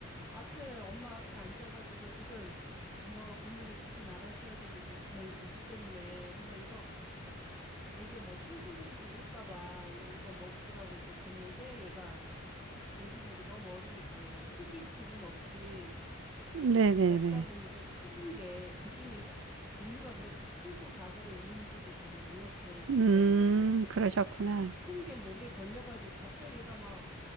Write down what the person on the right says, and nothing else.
네네네
음
그러셨구나